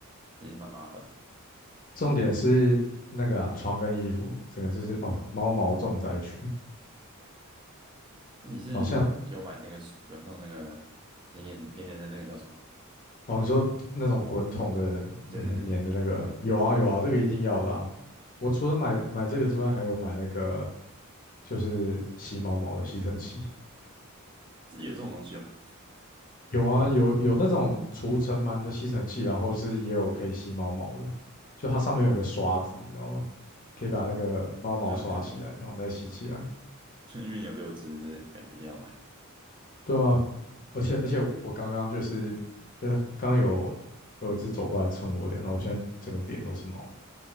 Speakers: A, on the right (about 20°); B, on the left (about 40°).
A: 也是蛮麻烦的。
B: 重点是那个啊床跟衣服，整个就是哦猫毛重灾区，
A: 你是有买那个有弄那个黏黏黏黏的那个叫什么？
B: 好像哦你说那种滚筒的很黏的那个，
A: 对对对对对，
B: 有啊有啊，这个一定要的啊，我除了买买这个之外，还有买那个就是吸猫毛的吸尘器，
A: 自己有这种东西哦，
B: 有啊，有有那种除尘螨的吸尘器，然后是也有可以吸猫毛的，就它上面有个刷子，你知道吗？可以把那个猫毛刷起来，
A: 嗯，好像有看过，
B: 然后再吸起来。
A: <laughs> 因为有六只，感觉一定要买。
B: 对啊，而且而且我刚刚就是，因为它刚有有一只走过来蹭我脸，然后我现在整个脸都是毛。